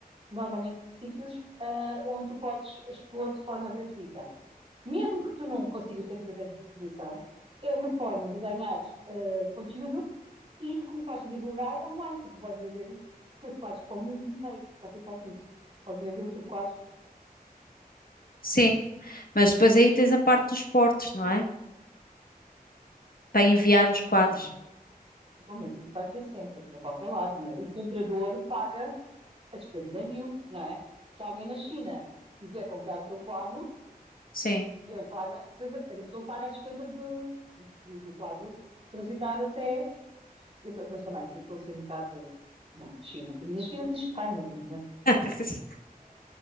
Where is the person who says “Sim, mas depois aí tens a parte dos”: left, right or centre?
Left